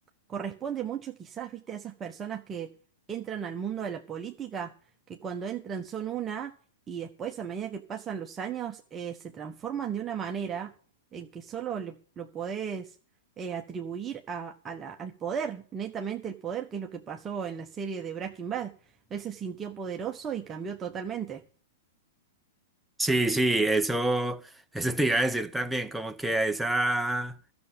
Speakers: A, on the right; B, in the centre.
A: corresponde mucho quizás, viste, a esas personas que entran al mundo de la política, que cuando entran son una y después a medida que pasan los años eh, se transforman de una manera en que solo le- lo podés eh, atribuir a, a la- al poder, netamente el poder, que es lo que pasó en la serie de Breaking Bad. Él se sintió poderoso y cambió totalmente.
B: Sí, sí, eso, eso te iba a decir también, como que a esa...